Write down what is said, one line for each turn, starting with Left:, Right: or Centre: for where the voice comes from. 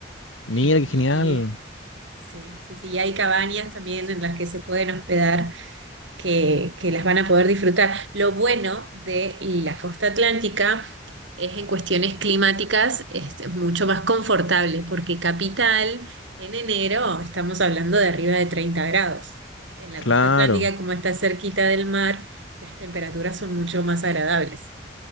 Left: Mira,
Right: Y,
Left: qué genial.
Right: y eh, sí, sí, sí, y hay cabañas también en las que se pueden hospedar que, que las van a poder disfrutar. Lo bueno de la costa atlántica es en cuestiones climáticas es mucho más confortable, porque Capital en enero estamos hablando de arriba de 30 grados. En la
Left: Claro.
Right: costa atlántica, como está cerquita del mar, las temperaturas son mucho más agradables.